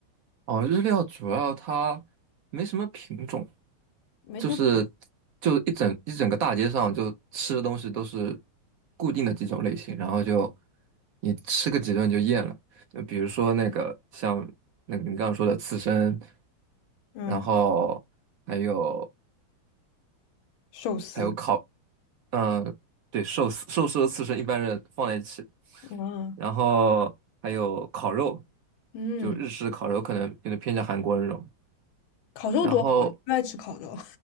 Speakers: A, on the right; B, on the left.
A: 哦，日料主要它没什么品种。
B: 没什么。
A: 就是就一整一整个大街上就吃的东西都是固定的几种类型，然后就你吃个几顿就厌了。就比如说那个像那个你刚刚说的刺身，
B: 嗯
A: 然后还有
B: 寿司
A: 还有烤，嗯、对，寿司寿司和刺身一般人放在一起，
B: 嗯
A: 然后还有烤肉，
B: 嗯，
A: 就日式烤肉可能有点偏向韩国那种。
B: 烤肉多好啊，
A: 然后
B: 不爱吃烤肉